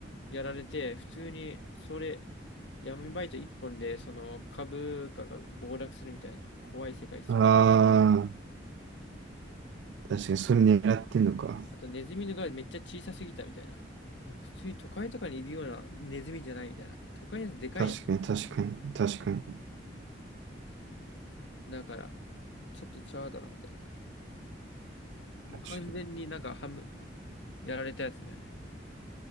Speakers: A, on the left; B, on the right.
A: やられて、普通にそれ、闇バイト一本でその株価が暴落するみたいな怖い世界ですよね。
B: ああ、確かに、それ狙ってんのか。
A: あとネズミのがめっちゃ小さすぎたみたいな。なんか普通に都会とかにいるようなネズミじゃないみたいな。都会のやつでかいやん。
B: 確かに、確かに、確かに、確か
A: だからちょっとちゃうだろみたいな。もう完全になんか半分
B: に。
A: やられたやつだよね。